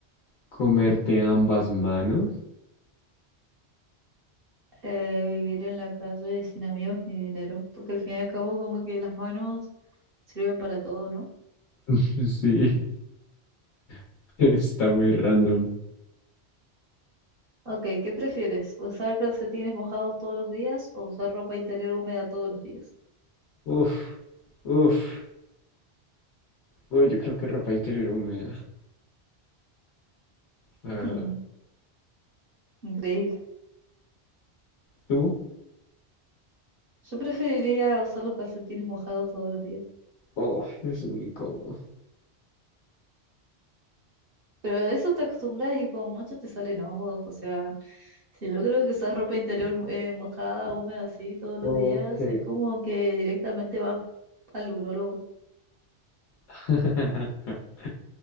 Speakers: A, on the left; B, on the right.
A: comerte ambas manos?
B: eh, vivir en la calle sin amigos ni dinero, porque al fin y al cabo como que las manos sirven para todo, ¿no?
A: <laughs> Sí, <laughs> está muy random.
B: Ok, ¿qué prefieres? ¿Usar calcetines mojados todos los días o usar ropa interior húmeda todos los días?
A: Uf, uf. Uy, yo creo que ropa interior húmeda, la
B: <laughs>
A: verdad.
B: Increíble.
A: ¿Tú?
B: Yo preferiría usar los calcetines mojados todos los días.
A: Oh, es muy incómodo.
B: Pero de eso te acostumbras y como mucho te salen hongos. O sea, si yo creo que usar ropa interior eh, mojada, húmeda así todos los
A: Ok.
B: días, es como que directamente vas al urólogo.
A: <laughs>